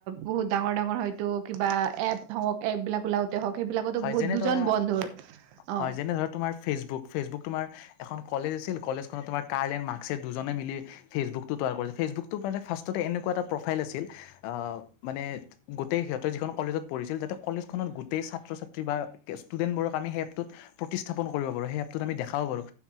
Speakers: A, on the right; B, on the left.
A: বহুত ডাঙৰ ডাঙৰ হয়তো কিবা এপ হওঁক এপ বিলাক ওলাওঁ তে হওঁক সেইবিলাকতো
B: হয়
A: বহুত
B: যেনে
A: দুজন
B: ধৰা
A: বন্ধুৰ অ
B: হয় যেনে ধৰা তোমাৰ ফেচবুক ফেচবুক তোমাৰ এখন কলেজ আছিল কলেজখনত তোমাৰ কাৰ্ল এণ্ড মাক্সে দুজনে মিলি ফেচবুকটো তৈয়াৰ কৰিছে ফেচবুকটো মানে ফাৰ্ষ্টতে এনেকুৱা এটা প্ৰফাইল আছিল আহ মানে গোটেই সিহঁতে যিখন কলেজত পঢ়িছিল তাতে কলেজ খনত গোটেই ছাত্ৰ ছা ত্ৰী বা ষ্টুডেন্টবোৰক আমি সেই এপটোত প্ৰতিস্থাপন কৰিব পাৰোঁ সেই এপটোত আমি দেখাব পাৰোঁ।